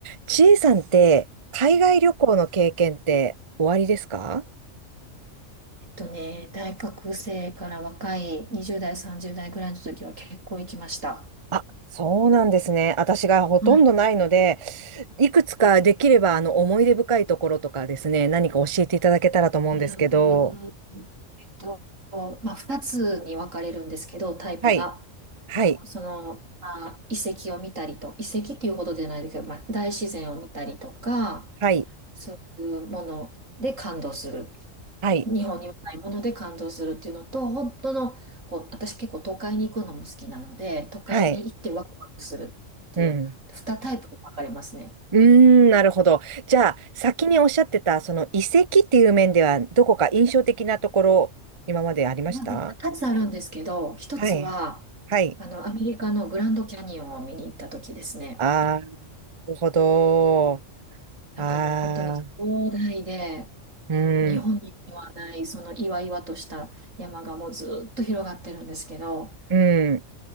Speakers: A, on the right; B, on the right.
A: ちえさんって、海外旅行の経験っておありですか
B: とね、大学生から若い20代、30代ぐらいの時は結構行きました。
A: あ、そうなんですね。私がほとんどないので、
B: はい。
A: いくつかできれば、あの、思い出深いところとかですね、何か教えていただけたらと思うんですけど。
B: うーんと、まあ、2つに分かれるんですけど、タイプが。
A: はい、はい、
B: その、まあ、遺跡を見たりと、遺跡っていうほどじゃないですけど、まあ、大自然を見たりとか、
A: はい、
B: そういうもので感動する。
A: はい、
B: 日本にはないもので感動するっていうのと、本当の、こう、私結構都会に行くのも好きなので、都会に行ってワクワクするっていう、
A: はい。うん。
B: 2タイプに分かれますね。
A: うーん、なるほど。じゃあ、先におっしゃってた、その遺跡っていう面では、どこか印象的なところ、今までありました
B: まあ、二つあるんですけど、一つは、
A: はい。はい。
B: あの、アメリカのグランドキャニオンを見に行った時ですね。
A: ああ、なるほど。
B: なんかもう本当に壮大で、
A: ああ、うん、
B: 日本にはない、その岩々とした山がもうずっと広がってるんですけど、
A: うん、